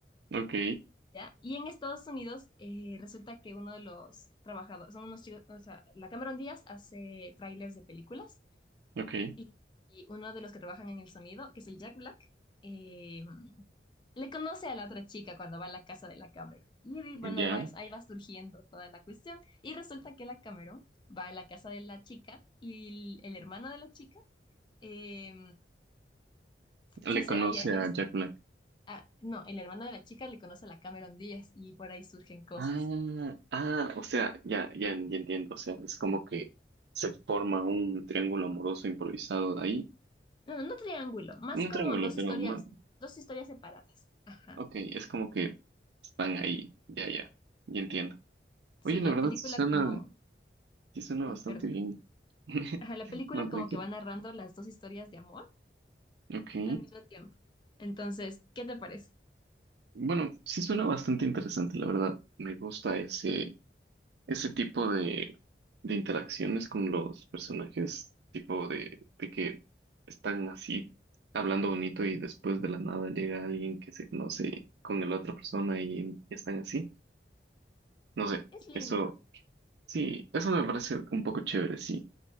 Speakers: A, on the right; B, on the left.
A: ok,
B: ¿ya? Y en Estados Unidos eh, resulta que uno de los trabajadores, son unos chicos, o sea, la Cameron Díaz hace trailers de películas
A: ok,
B: y, y uno de los que trabajan en el sonido, que es el Jack Black, eh, le conoce a la otra chica cuando va a la casa de la Cameron. Y bueno,
A: ya.
B: va- ahí va surgiendo toda la cuestión. Y resulta que la Cameron va a la casa de la chica y el, el hermano de la chica, eh,
A: Le
B: se hace-
A: conoce
B: ahí- ahí-
A: a Jack Black.
B: ah, no, el hermano de la chica le conoce a la Cameron Díaz y por ahí surgen cosas.
A: Ah, ah, o sea, ya, ya, ya entiendo. O sea, es como que se forma un triángulo amoroso improvisado ahí.
B: No, no triángulo, más
A: Un
B: como
A: triángulo,
B: dos
A: pero
B: historias,
A: ma-
B: dos historias separadas. Ajá.
A: ok, es como que están ahí. Ya, ya, ya entiendo.
B: Sí,
A: Oye, la
B: la
A: verdad
B: película
A: sí suena,
B: como...
A: sí suena
B: Ay,
A: bastante
B: perdón.
A: bien. <laughs>
B: Ajá, la película
A: No, tranquilo.
B: como que va narrando las dos historias de amor
A: Ok.
B: al mismo tiempo. Entonces, ¿qué te parece?
A: Bueno, sí suena bastante interesante, la verdad. Me gusta ese. ese tipo de, de interacciones con los personajes, tipo de, de que están así hablando bonito y después de la nada llega alguien que se conoce con la otra persona y están así. No sé,
B: Es linda.
A: eso sí, eso me parece un poco chévere, sí.